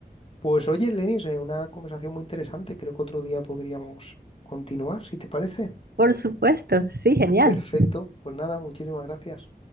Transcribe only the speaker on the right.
Por supuesto, sí, genial.